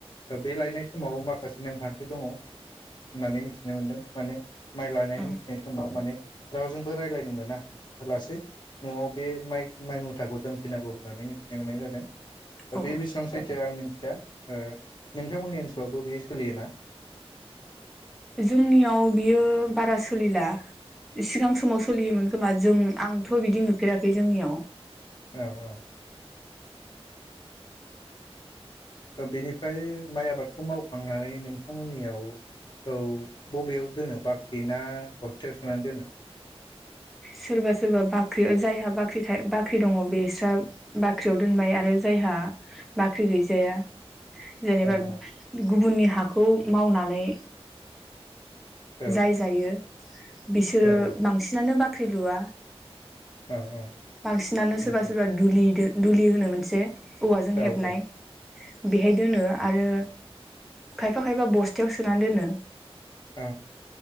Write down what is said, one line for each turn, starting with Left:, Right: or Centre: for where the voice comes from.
Left: बे लायनाय समाव माखासे नेमखान्थि दङ' होननानै मिथिनो मोनदों माने माइ लानानै
Centre: औ
Left: मिथिनाय समाव माने रावजोंबो राय्लायनो मोना होलासे न'आव बे माइ माइ मुथाखौ दोनफैनांगौ होननानै मिथिनो मोननाय जादों। दा
Centre: औ
Left: बे बेसां सैथ जों आं मिनथिया ओ। नोंथांमोननि ओनसोलावबो बेयो सोलियो ना?
Centre: जोंनियाव बियो बारा सोलिला सिगां समाव सोलियोमोन खोमा जों आंथ' बिदि नुफेराखै जोंनियाव।
Left: औ औ। ओ बेनिफ्राय माइ आबादखौ मावखांनानै नोंथांमोननियाव औ बबेयाव दोनो बाख्रि ना बस्थायाव सोनानै दोनो?
Centre: सोरबा सोरबा बाख्रियाव जायहा बाख्रि था बाख्रि दङ बेस्रा बाख्रियाव दोनबाय आरो जायहा बाख्रि गैजाया जेनेबा
Left: औ औ
Centre: गुबुननि हाखौ मावनानै
Left: औ
Centre: जाय जायो बिसोरो
Left: औ
Centre: बांसिनानो बाख ख्रि लुआ।
Left: औ औ
Centre: बांसिनानो
Left: औ
Centre: सोरबा सोरबा दुलिदो दुलि होनो मोनसे औवाजों
Left: औ
Centre: हेबनाय
Left: औ
Centre: बेहाय दोनो आरो खायफा खायफा बस्थायाव सोना दोनो।
Left: औ